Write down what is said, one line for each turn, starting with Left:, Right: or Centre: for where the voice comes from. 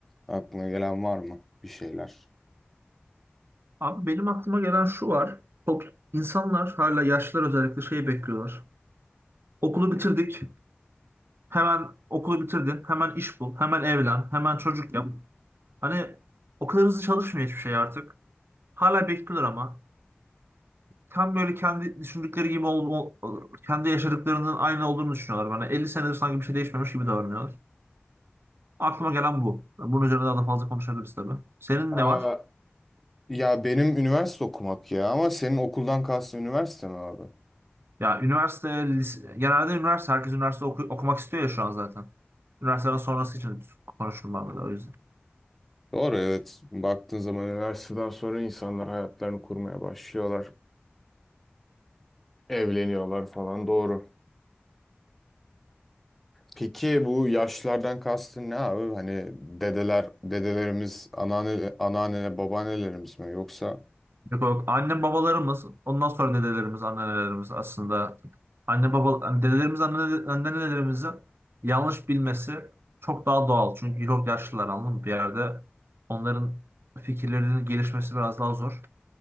Centre: Aklına gelen var mı bir şeyler?
Right: Abi benim aklıma gelen şu var. Top, insanlar hala yaşlılar özellikle şey bekliyorlar. Okulu bitirdik. Hemen okulu bitirdin. Hemen iş bul. Hemen evlen. Hemen çocuk yap. Hani o kadar hızlı çalışmıyor hiçbir şey artık. Hala bekliyorlar ama. Tam böyle kendi düşündükleri gibi ol, ol- kendi yaşadıklarının aynı olduğunu düşünüyorlar bana. 50 senedir sanki bir şey değişmemiş gibi davranıyorlar. Aklıma gelen bu. Bunun üzerine daha da fazla konuşabiliriz tabii. Senin
Centre: Ee,
Right: ne var?
Centre: ya benim üniversite okumak ya ama senin okuldan kastın üniversite mi abi?
Right: Ya üniversite, lis- genelde üniversite, herkes üniversite oku- okumak istiyor ya şu an zaten. Üniversiteden sonrası için konuştum ben böyle o yüzden.
Centre: Doğru evet. Baktığın zaman üniversiteden sonra insanlar hayatlarını kurmaya başlıyorlar. Evleniyorlar falan doğru. Peki bu yaşlardan kastın ne abi? Hani dedeler, dedelerimiz, anneanne, anneanne, babaannelerimiz mi? Yoksa
Right: Yok, yok. Annem babalarımız, ondan sonra dedelerimiz, anneannelerimiz aslında anne baba hani dedelerimiz, anne, annenelerimizin yanlış bilmesi çok daha doğal. Çünkü çok yaşlılar anladın mı? Bir yerde onların fikirlerinin gelişmesi biraz daha zor.